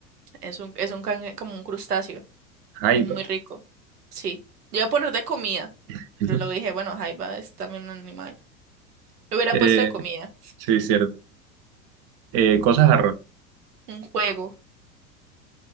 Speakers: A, on the right; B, on the right.
A: Es un, es un can- como un crustáceo.
B: jaiba.
A: Es muy rico. Sí. Yo iba a poner de comida,
B: <laughs>
A: pero luego dije, bueno, jaiba es también un animal. Lo hubiera
B: Eh,
A: puesto de comida.
B: sí, cierto. Eh, cosas arroz.
A: Un juego.